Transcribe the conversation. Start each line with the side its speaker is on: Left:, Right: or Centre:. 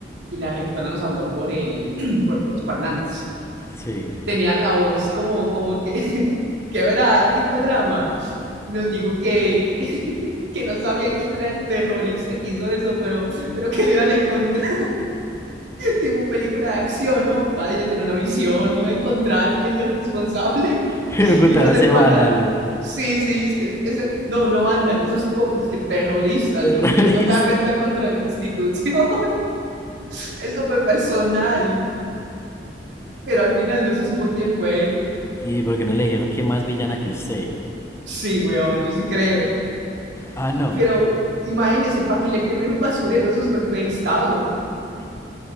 Right: y la rectora nos habló por, el, <clears throat> por los parlantes.
Left: Sí.
Right: Tenían la voz como, como que <laughs> quebrada, tipo drama. Nos dijo que, que, <laughs> que no sabía quién era el terrorista que hizo eso, pero, pero que lo iban a encontrar. tipo película de acción, ¿no? Para ella tiene una misión, iba a encontrar al al responsable,
Left: <laughs>
Right: <laughs>
Left: Gutana
Right: le iba a hacer
Left: hace vándalo.
Right: pagar. Sí, sí, es que ese, no, no vándalo, esos pocos que terroristas,
Left: Terrorista.
Right: digo, es que eso voy a atentar contra la institución, <laughs> eso fue personal, pero al final no se supo quién fue.
Left: <laughs> ¿Y por qué no le dijeron que más villana que usted?
Right: Sí, weón, yo sí creo,
Left: Ah, no.
Right: pero imagínense, para que le quemen un basurero, esos golpes de Estado,